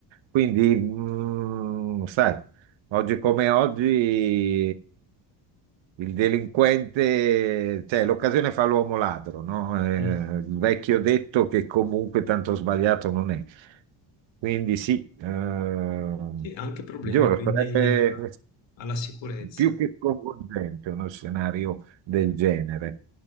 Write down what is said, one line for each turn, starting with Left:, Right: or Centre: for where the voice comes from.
Right: Quindi, mm, sai, Oggi come oggi il delinquente, cioè l'occasione fa l'uomo ladro, no? Eh,
Left: Mm.
Right: il vecchio detto che comunque tanto sbagliato non è. Quindi sì, eh,
Left: Sì, anche problemi
Right: Giuro,
Left: quindi
Right: sarebbe
Left: eh, alla sicurezza.
Right: più che coinvolgente uno scenario del genere.